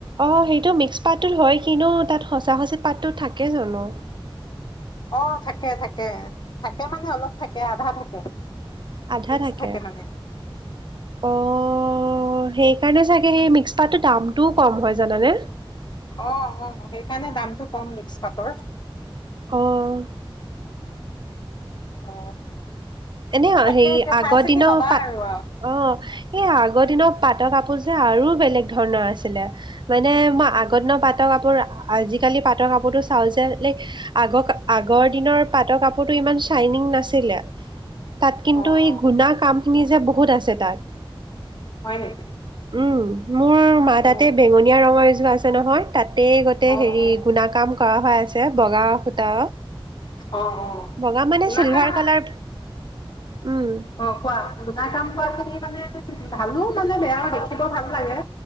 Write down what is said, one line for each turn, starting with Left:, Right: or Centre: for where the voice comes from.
Right: অ সেইটো মিক্স পাতটোত হয় কিনো তাত সঁচা সচি পাতটো থাকে জানো
Left: অ থাকে থাকে থাকে মানে অলপ থাকে আধা থাকে
Right: আধা
Left: মিক্স
Right: থাকে
Left: মানে
Right: আহ সেই সেইকাৰণে চাগে সেই মিক্স পাতটোৰ দামটোও কম হয় জানে
Left: অ অ সেইকাৰণে দামটো কম মিক্স পাতৰ
Right: অঁ
Left: অ
Right: এনে হেৰি
Left: তাকে এতিয়া
Right: আগৰ
Left: চাই চিতি
Right: দিনৰ
Left: ল'বা
Right: পাত
Left: আৰু আৰু।
Right: অ সেই আগৰ দিনৰ পাত পাটৰ কাপোৰ যে আৰু বেলেগ ধৰণৰ আছিলে মানে মই আগৰ দিনৰ পাটৰ কাপোৰ আজিকালি পাটৰ কাপোৰতটো চাওঁ যে লাইক আগৰ আগৰ দিনৰ পাটৰ কাপোৰতটো ইমান চাইনিং নাছিলে তাত কিন্তু
Left: অ
Right: এই
Left: অ
Right: গুণ কাম খিনি যে বহুত আছে তাত
Left: হয় নেকি
Right: উ মোৰ মাৰ
Left: অ
Right: তাতে বেঙনীয়া ৰঙৰ যো আছে নহয় তাতেই গোতে
Left: অ অ
Right: হেৰি গুণ কাম কৰা হৈ আছে বগা সূতা
Left: অ অ
Right: বগা মানে
Left: শুনা
Right: চিলভাৰ
Left: কাম
Right: কালাৰ উম,
Left: অ কোৱা শুনা কাম কোৱাখিনি <inaudible> মানে ভালো মানে বেয়া দেখিব ভাল লাগে